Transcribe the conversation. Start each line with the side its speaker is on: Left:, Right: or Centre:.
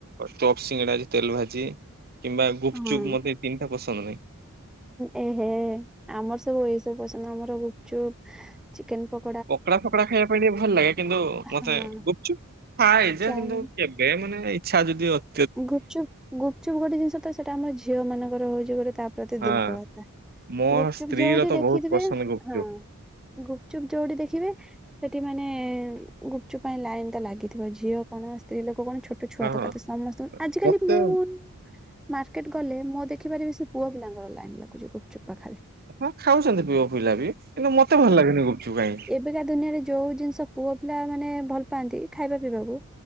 Right: ଚପ ସିଙ୍ଗଡା ତେଲ ଭାଜି କିମ୍ବା ଗୁପଚୁପ
Centre: ହଁ
Right: ମୋତେ ଏ ତିନିଟା ପସନ୍ଦ ନାହିଁ।
Centre: ଏହେ ଆମର ସବୁ ଏଇ ସବୁ ପସନ୍ଦ। ଆମର ଗୁପଚୁପ, ଚିକେନ ପ
Right: ପକଡା ଫକଡା ଖାଇବା ପାଇଁ ଟିକେ ଭଲ ଲାଗେ। କିନ୍ତୁ ମତେ
Centre: ହଁ
Right: ଗୁପ୍ ଚୁପ୍ ଖାଏ ଯେ
Centre: ଚାଉମିନ
Right: କିନ୍ତୁ କେବେ ମାନେ ଇଛା ଯଦି ଅଛି।
Centre: ଗୁପ୍ ଚୁପ୍ ଗୁପ୍ ଚୁପ୍ ଗୋଟେ ଜିନିଷ ତ ସେଟା ଆମର ଝିଅ ମାନଙ୍କର ହଉଛି ଗୋଟେ ତା ପ୍ରତି
Right: ହଁ
Centre: ଦୁର୍ବଳତା
Right: ମୋ
Centre: ଗୁପ୍
Right: ସ୍ତ୍ରୀ
Centre: ଚୁପ୍ ଯୋଉଠି
Right: ର ତ
Centre: ଦେଖିଥିବେ
Right: ବହୁତ ପସନ୍ଦ ଗୁପଚୁପ୍
Centre: ହଁ। ଗୁପ୍ ଚୁପ୍ ଯୋଉଠି ଦେଖିବେ ସେଠି ମାନେ ଗୁପ୍ ଚୁପ୍ ପାଇଁ ଲାଇନ ତ ଲାଗେ। ଥିବା ଝିଅ କଣ ସ୍ତ୍ରୀ ଲୋକ କଣ ଛୋଟ ଛୁଆ
Right: ହଁ
Centre: ତକ
Right: ହଁ
Centre: ସମସ୍ତଙ୍କୁ ଆଜିକାଲି
Right: ମତେ
Centre: ମୁଁ ମାର୍କେଟ ଗଲେ ମୁଁ ଦେଖିପାରିବି ସେ ପୁଅ ପିଲାଙ୍କର ଲାଇନ ଲାଗୁଛି ଗୁପ୍ ଚୁପ୍ ପାଖରେ।
Right: ହଁ ଖାଉଛନ୍ତି ପିଅ ପିଲା ବି କିନ୍ତୁ ମତେ ଭଲ ଲାଗେନି ଗୁପ୍ ଚୁପ୍ କାଇଁ।
Centre: ଅବେକା ଦୁନିଆରେ ଯୋଉ ଜିନିଷ ପୁଅ ପିଲା ମାନେ ଭଲ ପାଆନ୍ତି ଖାଇବା ପିଇବାକୁ